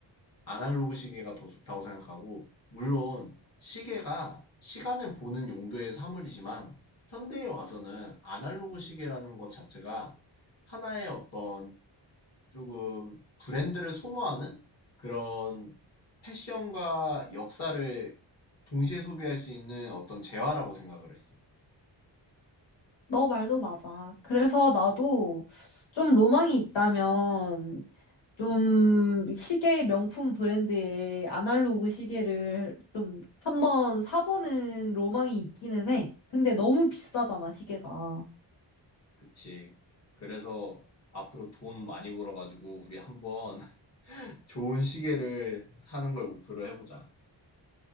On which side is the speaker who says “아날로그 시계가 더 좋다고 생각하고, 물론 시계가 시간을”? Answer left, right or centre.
Left